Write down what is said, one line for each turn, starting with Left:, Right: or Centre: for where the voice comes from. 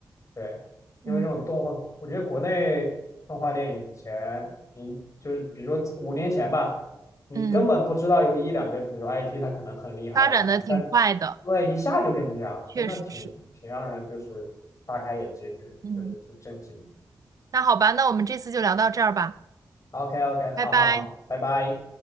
Left: 对，因为这种动画，
Right: 嗯
Left: 我觉得国内动画电影以前，你就是比如说五年前吧，你根本不知道有一两个，
Right: 嗯，
Left: 比如说 IP，它可能很厉害或者干嘛，
Right: 发展的挺快的，
Left: 但对一下就变成这样了，
Right: 确实是，
Left: 真的挺挺让人就是大开眼界，挺就是挺震惊。
Right: 嗯，那好吧，那我们这次就聊到这儿吧，
Left: OK OK，
Right: 拜拜。
Left: 好好好，拜拜。